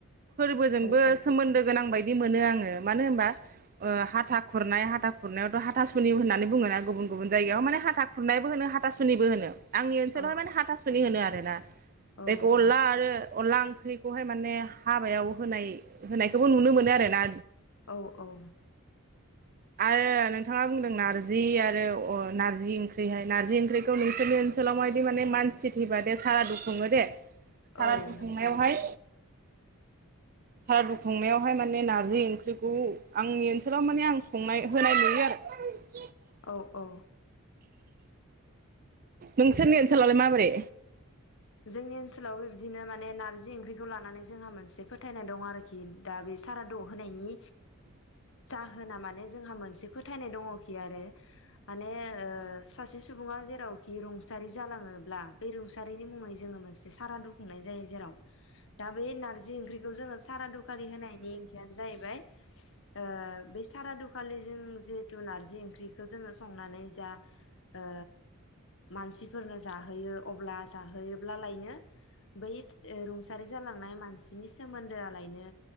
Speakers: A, on the right (about 40°); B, on the left (about 60°).
A: फोरबोजोंबो
B: औ औ
A: सोमोन्दो गोनां बायदि दि मोनो आङो मानो होनबा हाथा खुरनाय हाथा खुरनायावथ हाथासुनि होननानै बुङोना गुबुन गुबुन जायगायाव माने हाथा हाथा खुरनायबो होनो हाथासुनिबो होन आंनि ओनसोलावहाय
B: औ
A: माने हाथासुनि होनो आर रोना
B: औ
A: बे अनला आरो अनला ओंख्रिखौहाय माने हाबायाव होनाय होनायखौबो नुनो मोनो आरोना
B: औ औ
A: आरो नोंथाङा बुंदों नारजि आरो अ नारजि ओंख्रिहाय नार्जि ओंख्रिखौ नोंसोरनि ओनसोलाव मायदि माने मानसि थैबा दे सारा दुखुङो दे। सारादु
B: औ नोंथां
A: खुंनायावहाय सारादु खुंनायावहाय माने नारजि ओंख्रिखौ आंनि ओनसोलाव माने आं संनाय होनाय नुयो आरो
B: औ औ
A: नोंसोरनि ओनसोलावलाय माबोरै?
B: जोंनि ओनसोलावबो बिदिनो माने नारजि ओंख्रिखौ लानानै जोंहा मोनसे फोथायनाय दं आरोखि दा बे सारादुआव होनायनि जाहोना माने जोंहा मोनसे फोथायनाय दङखि आरो माने ओ सास सुबुङा जे जेरावखि रुंसारि जालाङोब्ला बे रुंसारि नि मुङै मोनसे सारादु खुंनाय जायो जेराव दा बे नारजि ओंख्रिखौ जोङो सारादुखालि होनायनि ओंथियानो जाहैबाय बाय ओ बे सारादुखालि जों जिहेतु नारजि ओंख्रिखौ जोङो संनानै जा ओ मानसिफोरनो जाहोयो अब्ला जाहोयोब्लालायनो बै रुंसारि जालांनाय मानसिनि सोमोन्दोआलायनो